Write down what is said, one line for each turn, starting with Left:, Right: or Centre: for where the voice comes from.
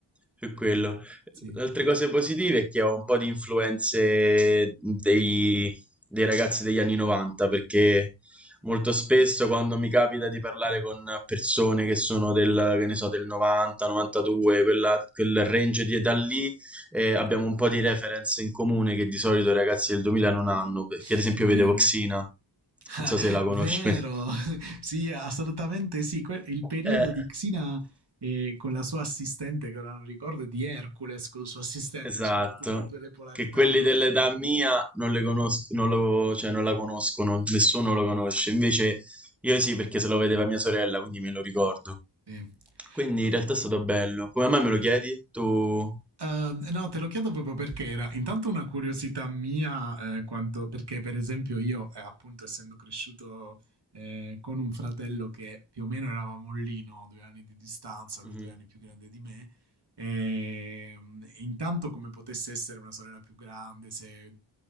Centre: più quello.
Right: Sì,
Centre: Le altre cose positive è che ho un po' di influenze dei, dei ragazzi degli anni 90 perché Molto spesso quando mi capita di parlare con persone che sono del, che ne so, del 90, 92, quella- quel range di età lì, eh, abbiamo un po' di reference in comune che di solito i ragazzi del 2000 non hanno, perché
Right: sì,
Centre: ad esempio
Right: vero.
Centre: vedevo Xina, non
Right: <laughs>
Centre: so se la conosci.
Right: Vero,
Centre: quindi-
Right: <laughs> sì, assolutamente sì. Que- Il periodo
Centre: Eh,
Right: di Xina eh, con la sua assistente, che ora non ricordo, e di Hercules con il suo assistente,
Centre: Esatto,
Right: c'erano tutte e due le polarità,
Centre: che quelli
Right: no?
Centre: dell'età mia non le conos- non lo- cioè, non la conoscono, nessuno lo conosce. Invece io sì, perché se lo vedeva mia sorella, quindi me lo ricordo.
Right: Sì.
Centre: Quindi
Right: Ok.
Centre: in realtà è stato bello. Come mai me
Right: Mm.
Centre: lo chiedi? Tu...
Right: Uh, no, te lo chiedo proprio perché era intanto una curiosità mia, eh, quanto, perché per esempio io, eh, appunto, essendo cresciuto eh, con un fratello che più o meno eravamo lì, no? due anni di distanza, lui
Centre: Mhm.
Right: due anni più grande di me, e, mm, intanto come potesse essere una sorella più grande, se eh,